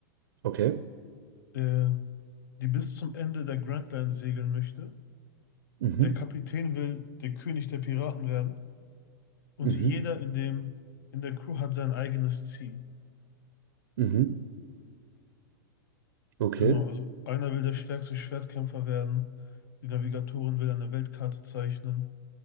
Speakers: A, on the right (about 75°); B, on the left (about 70°).
A: Okay.
B: der, die bis zum Ende der Grand Line segeln möchte.
A: Mhm.
B: Der Kapitän will der König der Piraten werden und
A: Mhm.
B: jeder in dem, in der Crew hat sein eigenes Ziel.
A: Mhm. Okay.
B: Genau, also einer will der stärkste Schwertkämpfer werden, die Navigatorin will eine Weltkarte zeichnen,